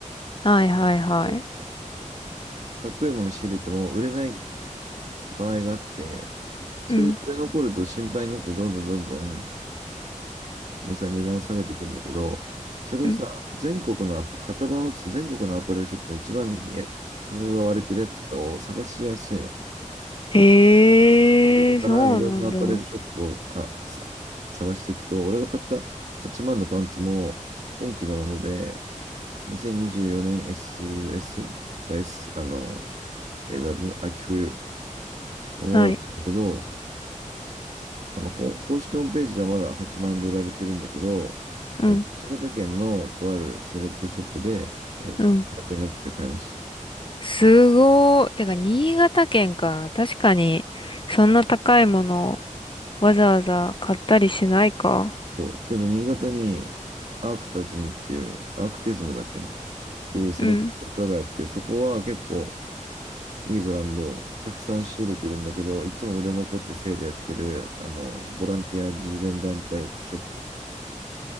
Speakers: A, on the left; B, on the right.
A: はいはいはい。
B: そうかっこいいもの仕入れても売れない場合があって、それで売れ残ると心配になって、
A: うん、
B: どんどんどんどん、お店は値段を下げていくんだけど、それをさ、
A: うん。
B: 全国の型番を打つと全国のアパレルショップで一番価格が割れてるやつとかを探しやすいの。
A: へえ、
B: その中からいろんなアパレルショップをあさ探していくと、
A: そうなんだ。
B: 俺が買った8万のパンツも今期のもので、2024年 SS か S、あの、AW、秋冬のものだったんだけど、
A: はい。
B: あの、ほん公式ホームページではまだ8万円で売られてるんだけど、
A: うん、
B: えっと、新潟県のとあるセレクトショップで、えっと、
A: うん。
B: 半額になってて買いました。
A: すごー。てか、新潟県か。確かに、そんな高いものをわざわざ買ったりしないか。
B: そう。けど、新潟にアークタズムっていう、アークテズムだっけなっていうセレクトショップがあって、
A: うん。
B: そこは結構、いいブランド、たくさん仕入れてるんだけど、いつも売れ残ってセールやってる、あの、ボランティア慈善団体ショップ、